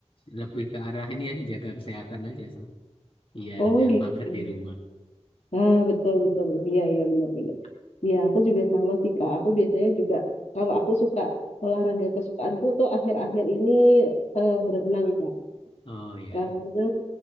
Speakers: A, on the left; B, on the left.
A: lebih ke arah ini ya, jaga kesehatan aja sih. Biar
B: Oh,
A: nggak
B: gitu.
A: mager di rumah.
B: Ah, betul betul. Iya iya benar benar. Iya, aku juga sama sih Kak. Aku biasanya juga kalau aku suka olahraga kesukaanku tuh akhir-akhir ini eh, berenang Kak.
A: Oh ya.
B: Karena